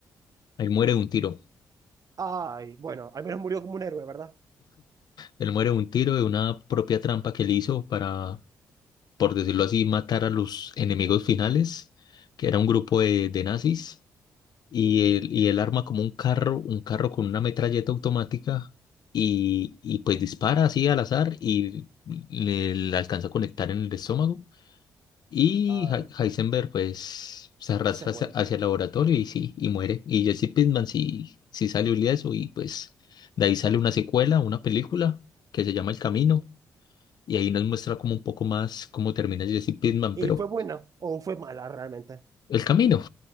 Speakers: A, on the left; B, on the right.
A: Él muere de un tiro.
B: Ay, bueno, al menos murió como un héroe, ¿verdad?
A: Él muere de un tiro de una propia trampa que él hizo para, por decirlo así, matar a los enemigos finales, que era un grupo de, de nazis. y
B: Mm,
A: él, y él arma como un carro, un carro con una metralleta automática y, y pues dispara así al azar y le, le alcanza a conectar en el estómago y
B: ay,
A: Hei- Heisenberg pues se arrastra
B: se muere.
A: hacia, hacia el laboratorio y sí, y muere. Y Jesse Pinkman sí, sí salió ileso y pues de ahí sale una secuela, una película que se llama El Camino y ahí nos muestra como un poco más cómo termina Jesse Pinkman,
B: ¿Y
A: pero
B: fue buena o fue mala realmente?
A: El Camino.